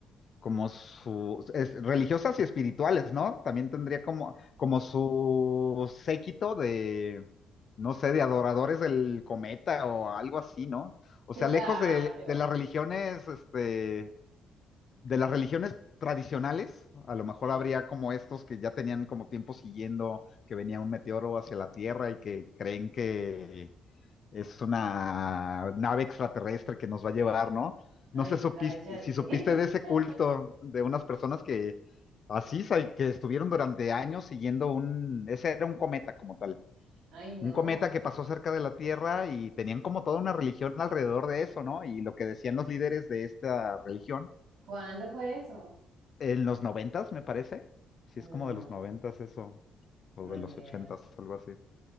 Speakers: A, on the left; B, on the right.
A: como sus es- religiosas y espirituales, ¿no? También tendría como, como su séquito de, no sé, de adoradores del cometa o algo así, ¿no? O
B: Claro.
A: sea, lejos de, de las religiones, este, de las religiones tradicionales, a lo mejor
B: Sí.
A: habría como estos que ya tenían como tiempo siguiendo que venía un meteoro hacia la Tierra y que creen que es una nave extraterrestre que nos va a llevar, ¿no? No
B: Ay,
A: sé supiste-
B: cállate.
A: si supiste
B: <laughs>
A: de ese culto de unas personas que así, sa- que estuvieron durante años siguiendo un, ese era un cometa como tal,
B: Ay, no.
A: un cometa que pasó cerca de la Tierra y tenían como toda una religión alrededor de eso, ¿no? Y lo que decían los líderes de esta religión
B: ¿Cuándo fue eso?
A: en los noventas, me parece. Sí,
B: No,
A: es como de los noventas eso, o
B: no,
A: de
B: ni
A: los
B: idea.
A: ochentas, algo así.